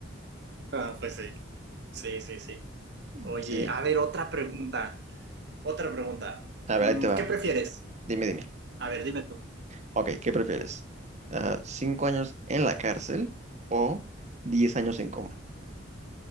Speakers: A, on the right (about 60°); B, on the right (about 35°).
A: Ah, pues sí, sí, sí, sí.
B: Mm.
A: Oye,
B: Sí,
A: a ver, otra pregunta, otra pregunta.
B: a
A: Mm,
B: ver, ahí te va.
A: ¿Qué prefieres?
B: Dime, dime.
A: A ver, dime tú.
B: Ok, ¿qué prefieres? Ah, ¿cinco años en la cárcel o diez años en coma?